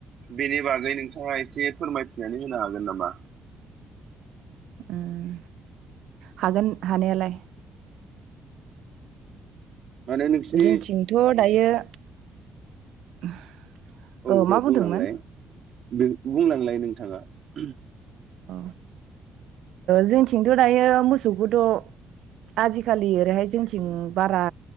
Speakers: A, on the right; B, on the right.
A: बेनि बागै नोंथाङा एसे फोरमायथिनानै होनो हागोन नामा?
B: ओम हागोन हानायालाय।
A: माने नोंसिनि
B: जोंथिंथ' दायो <unintelligible>
A: औ दे
B: मा बुंदोंमोन
A: बुंलांलाय बे बुंनांलाय नोंथाङा। <unintelligible>
B: ओ जोंथिंथ' दायो मोसौखौथ' आजिखालि ओरैहाय जोंथिं बारा